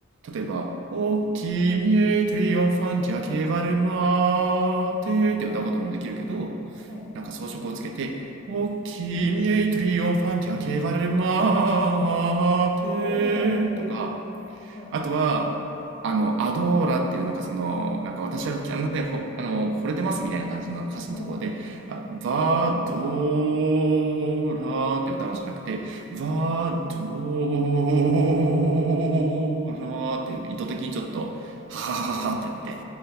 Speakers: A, on the right; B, on the left.
A: 例えば、お君へトリオンファンティアケバルマーテって歌うこともできるけど、
B: はい。
A: なんか装飾をつけて、お君へトリオンファンティアケバルマーテとか、
B: おーおー、おーはい。
A: あとは、あの、アドーラっていうなんかその、なんか私は、あのね、ほ、あの、惚れてますみたいな感じの歌詞のところで、
B: うんうん。うん
A: あバドーラーって歌うんじゃなくて、バドーラーっていう意図的にちょっと、はははははってやって